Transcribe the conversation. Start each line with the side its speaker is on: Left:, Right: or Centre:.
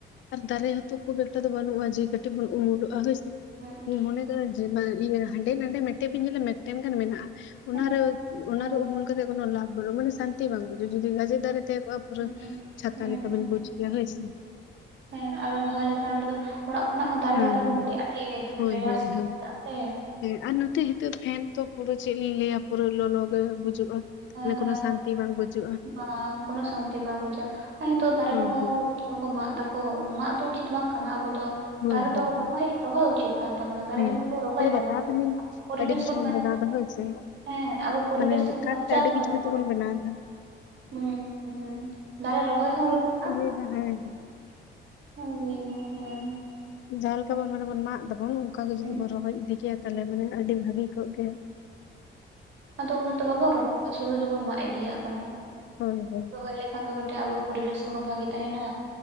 Left: ᱟᱨ ᱫᱟᱨᱮ ᱦᱚᱸᱛᱚ ᱠᱷᱩᱵ ᱮᱠᱴᱟ ᱫᱚ ᱵᱟᱹᱱᱩᱜᱼᱟ ᱡᱮᱴᱤᱡ ᱴᱤᱡ ᱵᱩᱱ ᱩᱢᱩᱞᱚᱜᱼᱟ ᱦᱚᱭ ᱥᱮ
Right: ᱦᱮᱸ
Left: ᱢᱚᱱᱮ ᱫᱚ ᱡᱮ ᱱᱟ ᱤᱭᱟᱹ ᱦᱟᱸᱰᱮ ᱱᱟᱰᱮ ᱢᱤᱫ ᱴᱮᱱ ᱵᱤᱱ ᱧᱮᱞᱟ ᱢᱤᱫᱴᱮᱱ ᱜᱟᱱ ᱢᱮᱱᱟᱜᱼᱟ ᱚᱱᱟᱨᱮ
Right: ᱦᱮᱸ
Left: ᱚᱱᱟᱨᱮ‌
Right: ᱦᱮᱸ
Left: ᱩᱢᱩᱞ ᱠᱟᱛᱮ ᱠᱚᱱᱚ ᱞᱟᱵᱷ ᱵᱚᱞ ᱢᱟᱱᱮ ᱥᱟᱸᱛᱤ ᱵᱟᱝ ᱵᱩᱡᱟᱹ ᱡᱩᱫᱤ ᱜᱟᱡᱮ ᱫᱟᱨᱮ ᱛᱟᱦᱮᱸ ᱠᱚᱜᱼᱟ ᱯᱩᱨᱟᱹ
Right: ᱦᱮᱸ
Left: ᱪᱷᱟᱛᱟ
Right: ᱦᱮᱸ
Left: ᱞᱮᱠᱟ
Right: ᱦᱮᱸ
Left: ᱵᱤᱱ ᱵᱩᱡᱽ ᱠᱮᱭᱟ ᱦᱳᱭ ᱥᱮ
Right: ᱦᱮᱸ ᱟᱨᱞᱚ ᱨᱚᱦᱚᱭ ᱞᱮᱠᱷᱟᱱ ᱚᱸᱰᱮ ᱫᱚ ᱚᱲᱟᱜ ᱠᱷᱚᱱᱟᱜ ᱦᱚᱸ ᱫᱟᱨᱮ
Left: ᱦᱮᱸ
Right: ᱞᱟᱛᱟᱣ
Left: ᱦᱮᱸ
Right: ᱫᱚ ᱠᱟᱹᱴᱤᱡ
Left: ᱦᱮᱸ
Right: ᱟᱹᱰᱤ
Left: ᱦᱳᱭ
Right: ᱨᱮᱭᱟᱲ
Left: ᱦᱳᱭ
Right: ᱥᱟᱹᱦᱤᱡ
Left: ᱦᱳᱭ
Right: ᱵᱩᱡᱟᱹᱜᱟ ᱥᱮ
Left: ᱦᱮᱸ ᱟᱨ ᱱᱚᱛᱮ ᱱᱤᱛᱚᱜ ᱯᱷᱮᱱ ᱛᱚ ᱯᱩᱨᱟᱹ ᱪᱮᱫ ᱞᱤᱧ ᱞᱟᱹᱭᱟ ᱯᱩᱨᱟᱹ ᱞᱚᱞᱚᱜ ᱜᱮ ᱵᱩᱡᱩᱜᱼᱟ
Right: ᱦᱮᱸ
Left: ᱢᱟᱱᱮ
Right: ᱦᱮᱸ
Left: ᱠᱳᱱᱳ ᱥᱟᱱᱛᱤ ᱵᱟᱝ ᱵᱩᱡᱩᱜᱼᱟ
Right: ᱵᱟᱝ ᱠᱚᱱᱚ ᱥᱟᱱᱛᱤ ᱵᱟᱝ ᱵᱩᱡᱟ. ᱟᱨ ᱱᱤᱛᱚᱜ ᱫᱟᱨᱮ
Left: ᱦᱩᱸ
Right: ᱠᱚᱦᱚᱸ
Left: ᱦᱩᱸ
Right: ᱚᱱᱟ ᱠᱚ ᱢᱟᱜ ᱫᱟᱠᱚ ᱢᱟᱜ ᱫᱚ ᱩᱪᱤᱛ ᱵᱟᱝ ᱠᱟᱱᱟ ᱟᱵᱚ ᱫᱚ
Left: ᱦᱳᱭ
Right: ᱫᱟᱨᱮ ᱫᱚ
Left: ᱦᱳᱭ
Right: ᱨᱚᱦᱚᱭ
Left: ᱦᱳᱭ
Right: ᱨᱚᱦᱚᱭ ᱩᱪᱤᱛ ᱠᱟᱱ ᱛᱟᱵᱚᱱᱟ ᱫᱟᱨᱮ
Left: ᱦᱮᱸ
Right: ᱡᱮᱢᱚᱱ ᱵᱚᱸ ᱨᱚᱦᱚᱭ
Left: ᱟᱫᱚ
Right: ᱢᱟᱵᱚᱱ
Left: ᱵᱟᱛᱟᱣ ᱫᱟᱞᱤᱧ
Right: ᱯᱚᱨᱤᱵᱮᱥ
Left: <inaudible>
Right: ᱵᱚᱱ ᱵᱟᱧ
Left: ᱵᱮᱱᱟᱣ ᱫᱟ ᱦᱚᱭ ᱥᱮ
Right: ᱦᱮᱸ ᱟᱵᱚ ᱯᱚᱨᱵᱮᱥ
Left: ᱢᱟᱱᱮ
Right: ᱜᱤ
Left: ᱠᱟᱴ
Right: ᱵᱟᱝ
Left: ᱛᱮ
Right: ᱪᱟ
Left: ᱟᱹᱰᱤ
Right: ᱫᱚᱦᱚᱭᱟᱵᱚᱱ
Left: ᱠᱤᱪᱷᱩ ᱠᱤᱱᱛᱩ ᱵᱚᱱ ᱵᱮᱱᱟᱣ ᱮᱫᱟ
Right: ᱦᱩᱸ ᱦᱩᱸ ᱫᱟᱨᱮ ᱨᱚᱦᱚᱭ ᱦᱚᱸ ᱞᱟᱠ ᱼᱟ
Left: ᱦᱮᱸ ᱦᱮᱸ
Right: ᱦᱳᱭ ᱦᱮᱸ ᱦᱮᱸ
Left: ᱡᱟᱦᱟᱸ ᱞᱮᱠᱟ ᱵᱚᱱ ᱢᱟᱱᱮ ᱵᱚᱱ ᱢᱟᱜ ᱫᱟᱵᱚᱱ ᱚᱱᱠᱟ ᱜᱮ
Right: ᱦᱮᱸ
Left: ᱡᱩᱫᱤ ᱵᱚᱱ ᱨᱚᱦᱚᱭ ᱤᱫᱤ ᱠᱮᱭᱟ ᱛᱟᱦᱞᱮ ᱢᱟᱱᱮ ᱟᱹᱰᱤ ᱵᱷᱟᱹᱜᱤ ᱠᱚᱜ ᱜᱮᱭ
Right: ᱟᱫᱚ ᱩᱱᱟᱹᱜ ᱫᱚ ᱵᱟᱵᱚᱱ ᱨᱚᱦᱚᱭᱟ ᱥᱩᱫᱩ ᱜᱮᱵᱚᱱ ᱢᱟᱜ ᱤᱫᱤᱭᱟᱜ ᱠᱟᱱᱟ
Left: ᱦᱳᱭ ᱦᱳᱭ
Right: ᱨᱚᱦᱚᱭ ᱞᱟᱠ ᱵᱷᱮ ᱠᱟᱹᱴᱮᱡ ᱟᱵᱚ ᱯᱚᱨᱤᱵᱮᱥ ᱠᱚᱦᱚᱸ ᱵᱷᱟᱜᱤ ᱛᱟᱦᱮᱱᱟ